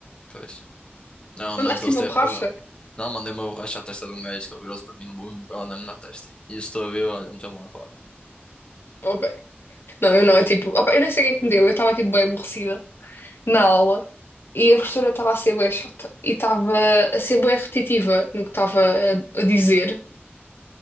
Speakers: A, on the left; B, on the left.
A: pois. Normalmente
B: Mandaste-lhe
A: eles têm
B: uma borracha?
A: razão. Não, mandei uma borracha à testa de um gajo que ele virou-se para mim no levou-me com ela na na testa. E o setor viu, olha, meteu-me lá fora.
B: Ok. Não, eu não. Eu, tipo, opa, eu nem sei o que é que me deu. Eu estava, tipo, bem aborrecida na aula. E a professora estava a ser bué chata. E estava a ser bué repetitiva no que estava a, a dizer.